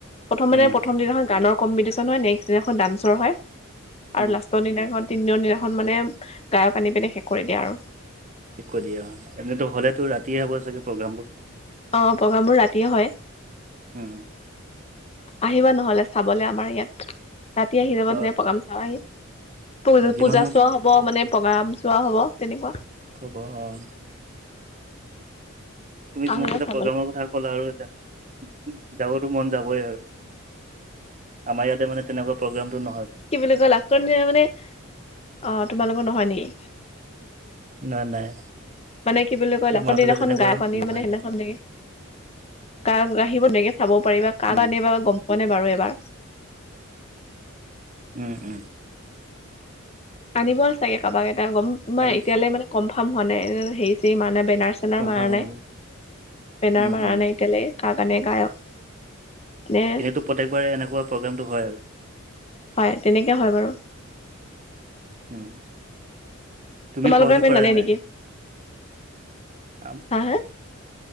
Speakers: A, on the left; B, on the right.
A: প্ৰথম
B: উম
A: মানে প্ৰথম দিনাখন গানৰ কম্পিডিচন হয় নেক্সট দিনাখন ডান্সৰ হয়। আৰু
B: উম
A: লাষ্টৰ দিনাখন তিনদিনৰ দিনাখন মানে গায়ক আনি পিনে শেষ কৰি দিয়ে আৰু।
B: শেষ কৰি দিয়ে অ' এনেটো হ'লেতো ৰাতিয়ে হ'ব চাগে প্ৰগ্ৰেমবোৰ।
A: অ' প্ৰগ্ৰামবোৰ ৰাতিয়ে হয়।
B: উম
A: আহিবা নহ'লে। চাবলে আমাৰ ইয়াত, ৰাতি আহি যাবা
B: অ
A: ধুনীয়া প্ৰগ্ৰাম চাবাহি, পূ-পূজা
B: যিমান
A: চোৱা হ <unintelligible> মানে প্ৰগ্ৰাম চোৱা হ'ব তেনেকুৱা।
B: <unintelligible> অ'। তুমি যিমান
A: আহিবা
B: কেইটা
A: চাবলে।
B: প্ৰগ্ৰামৰ কথা ক'লা আৰু <inaudible> যাবতো মন যাবই আৰু, আমাৰ ইয়াতে মানে তেনেকুৱা প্ৰগ্ৰেমটো নহয়।
A: কি বুলি কয় লাষ্টৰ দিনা মানে অ' তোমালোকৰ নহয় নেকি।
B: না নাই।
A: মানে কি বুলি কয় লাষ্টৰ
B: আমাৰ ফালে
A: দিনাখন
B: তেনেকুৱা
A: গায়ক আনে
B: নহয়
A: মানে সেদিনাখনে <unintelligible> চাব পাৰিবা কাক
B: উম
A: আনিবো গম পোৱা নাই বাৰু এবাৰ।
B: উম, উম।
A: আনিব চাগে কাৰোবাক এটা গম ম
B: আৰু
A: এতিয়ালৈ মানে কনফাৰ্ম হোৱা নাই হেৰি চেৰি মাৰা নাই বেনাৰ চেনাৰ
B: কনফাৰ্ম
A: মাৰা
B: হৈ
A: নাই,
B: যাব।
A: বেনাৰ
B: উম
A: মাৰা
B: উম
A: নাই এতিয়ালে কাক আনে গায়ক। নে
B: এনেতো প্ৰত্যেকবাৰে এনেকুৱা প্ৰগ্ৰেমটো হয় আৰু।
A: হয় তেনেকৈ হয় বাৰু।
B: উম। তুমি
A: তোমালোকৰ
B: সহযোগ
A: সিপিনে
B: কৰা
A: নানে
B: নাই
A: নেকি?
B: আম
A: হা হা,